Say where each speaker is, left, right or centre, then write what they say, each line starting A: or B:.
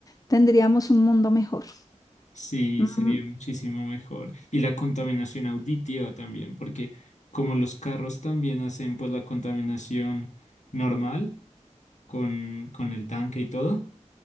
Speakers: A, on the left; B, on the left.
A: Tendríamos un mundo mejor.
B: Sí,
A: Mm.
B: sería muchísimo mejor. Y la contaminación auditiva también, porque como los carros también hacen pues la contaminación normal con, con el tanque y todo.